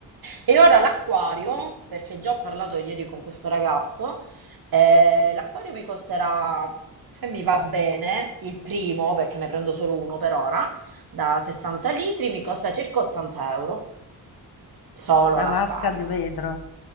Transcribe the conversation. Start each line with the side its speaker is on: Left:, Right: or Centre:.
Right: E ora l'acquario, perché già ho parlato ieri con questo ragazzo, eh, l'acquario mi costerà, se mi va bene, il primo, perché ne prendo solo uno per ora, da 60 litri, mi costa circa 80 euro, solo
Left: Una
Right: l'acquario.
Left: vasca di vetro.